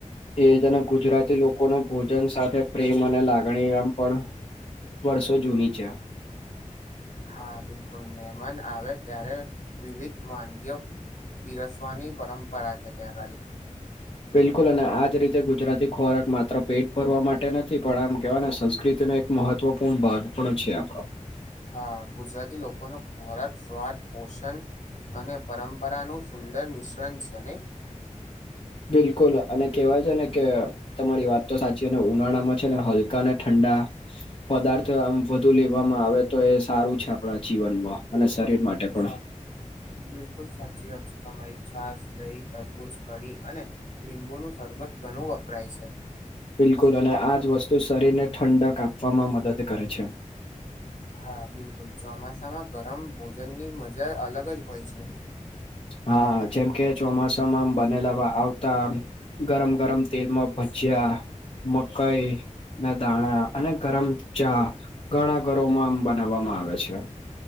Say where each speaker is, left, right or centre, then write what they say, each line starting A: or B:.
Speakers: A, on the left (about 45°); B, on the left (about 65°).
A: એજને ગુજરાતી લોકો નો ભોજન સાથે પ્રેમ અને લાગણી આમ પણ વર્ષો જૂની છે.
B: હા બિલકુલ મેહમાન આવે ત્યારે વિવિધ વાનગીઓ પીરસવાની પરંપરા છે ત્યાં આગાડી
A: બિલકુલ અને આજ રીતે ગુજરાતી ખોરાક માત્ર પેટ ફરવા માટે નથી પણ આમ કેવા ને સસ્ આકૃતિનો એક મહત્વપૂર્ણ ભાગ પણ છે આપણો
B: હા ગુજરાતી લોકો નો ખોરાક સ્વાદ, પોષણ અને પરંપરા નું સુંદર મિશ્રણ છે નહી
A: બિલકુલ અને કેહેવાય છેને કે તમારી વાત તો સાચી અને ઉનાળામાં છે ને હલ ક ના ઠંડા પદાર્થ આમ વધુ લેવામાં આવે તો એ સારું છે આપણા જીવનમાં અને શરીર માટે પણ
B: સા બિલકુલ સાચી વાત છે તમારી છાસ, દહી, તરબૂજ, કઢી અને લીંબુ નુ શરબત ઘણું વપરાય છે.
A: બિલકુલ અને આજ વસ્તુ શરીરને ઠંડક આપવામાં મદદ કરે છે.
B: હા બિલકુલ ચોમાસામાં ગરમ ભોજનની મજા અલગ જ હોય છે.
A: હા જેમ કે ચોમાસામાંમ બનેલા આવતા ગરમ ગરમ તેલમાં ભજીયા મકાઈ ના દાણા અને ગરમ ચા ઘણા ઘરોમાં આમ બનાવવામાં આવે છે.